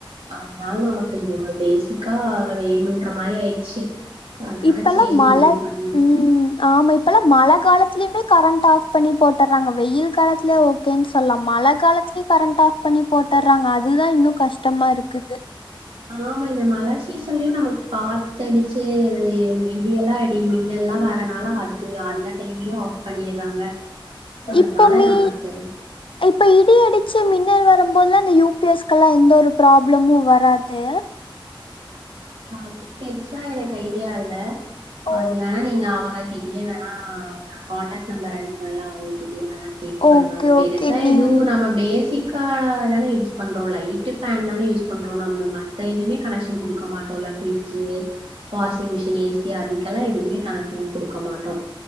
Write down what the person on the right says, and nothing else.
அதனால நமக்கு பேசிக்கா வேணுன்ற மாரி ஆயிடுச்சு அதனால
சேரி
ஒண்ணும் பண்ண
ஆமா இந்த மழை சீசன்லயும் நமக் காத்து அடிச்சு இடியெல்லா இடி மின்னல் ல்ல வரனால அது அந்த டைம்லயும் ஆஃப் பண்ணிடுறாங்க ஆ ல
நால
நாமக்கு
அது பெருசா எனக்கு ஐடியா இல்ல
அது வேணா நீங்க அவங்க கிட் யே வேணா நா கான்டாக்ட் நம்பர் அனுப்புனனே அவங்களுக்கு னா கேட்டு பாருங்க
பெருசா
எதுவு நம்ம பேசிக் கா தான யூஸ் பண்றோ லைட் ஃபேன் தானே யூஸ் பண்றோ நம்ம மத்த இதுவுமே கனெக்ஷன் கொடுக்க மாட் ஃபிரிட்ஜு வாஷிங் மிஷின் ஏசி அதுக்கெல்லா எதுக்குமே கனெக்ஷன் கொடுக்க மாட்டோ